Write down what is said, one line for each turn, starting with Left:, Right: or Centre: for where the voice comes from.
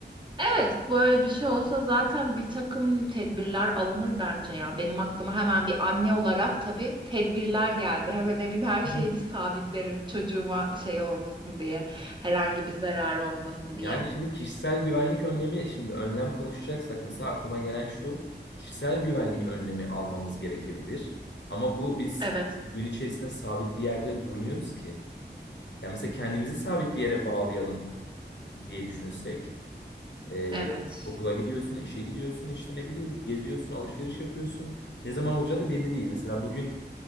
Right: Evet, böyle bir şey olsa zaten bir takım tedbirler alınır bence ya. Benim aklıma hemen bir anne olarak tabii tedbirler geldi. Hemen evin her
Left: Hı
Right: şeyini
Left: hı.
Right: sabitlerim çocuğuma şey olmasın diye, herhangi bir zararı olmasın
Left: Yani
Right: diye.
Left: şimdi kişisel güvenlik önlemi şimdi önlem konuşacaksak mesela aklıma gelen şu kişisel güvenlik önlemi almamız gerekebilir. Ama bu biz
Right: Evet,
Left: gün içerisinde sabit bir yerde durmuyoruz ki. Yani mesela kendimizi sabit bir yere bağlayalım diye düşünsek. Ee,
Right: evet.
Left: okula gidiyorsun, işe gidiyorsun, işte ne bileyim geziyorsun, alışveriş yapıyorsun. Ne zaman olacağı da belli değil. Mesela bugün